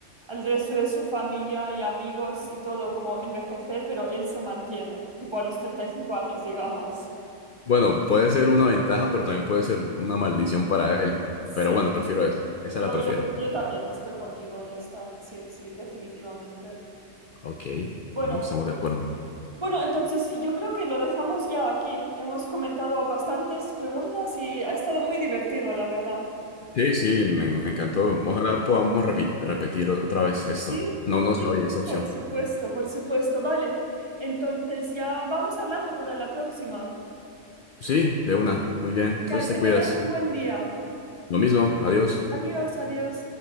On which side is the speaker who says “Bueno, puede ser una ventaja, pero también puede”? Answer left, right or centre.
Left